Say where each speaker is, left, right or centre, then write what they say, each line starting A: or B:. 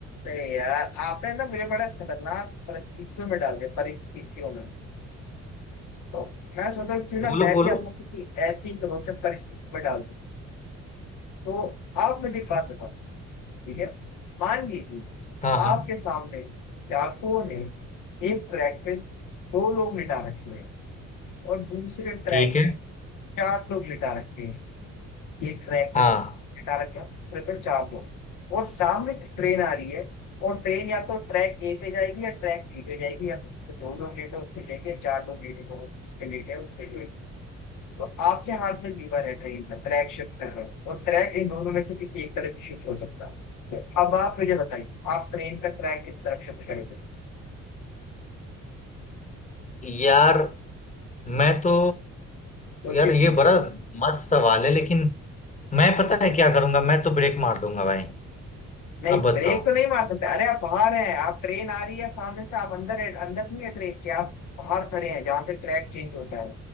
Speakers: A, on the left; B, on the left.
A: अरे यार आपने ना मुझे बड़ा खतरनाक परिस्थितियों में डाल दिया परिस्थितियों में तो मैं सोच रहा हूँ क्यों ना
B: बोलो
A: मैं
B: बोलो
A: भी आपको किसी ऐसी रोचक परिस्थिति में डाल दूं तो आप मुझे एक बात बताओ ठीक है मान लीजिए
B: हाँ
A: आपके
B: हाँ
A: सामने डाकुओं ने एक ट्रैक पे दो लोग लिटा रखे हुए हैं और दूसरे ट्रैक
B: ठीक है
A: पे चार लोग लिटा रखे हैं एक ट्रैक
B: हाँ
A: पे दो लोग लिटा रखे हैं दूसरे पे चार लोग और सामने से ट्रेन आ रही है और ट्रेन या तो ट्रैक ए पे जाएगी या ट्रैक बी पे जाएगी या तो उस पे दो लोग लेटे उस पे लेटे चार लोग लेटे उस पे लेटे उस पे तो आपके हाथ में लीवर है ट्रेन का ट्रैक शिफ्ट कर रहे हो और ट्रैक इन दोनों में से किसी एक तरफ शिफ्ट हो सकता है अब आप मुझे बताइए आप ट्रेन का ट्रैक किस तरफ शिफ्ट करेंगे
B: यार मैं तो
A: सोचिए
B: यार ये
A: सोचिए।
B: बड़ा मस्त सवाल है लेकिन मैं पता है क्या करूंगा मैं तो ब्रेक मार दूंगा भाई
A: नहीं
B: अब बताओ
A: ब्रेक तो नहीं मार सकते अरे आप बाहर हैं आप ट्रेन आ रही है सामने से आप अंदर है अंदर नहीं है ट्रेन के आप बाहर खड़े हैं जहां से ट्रैक चेंज होता है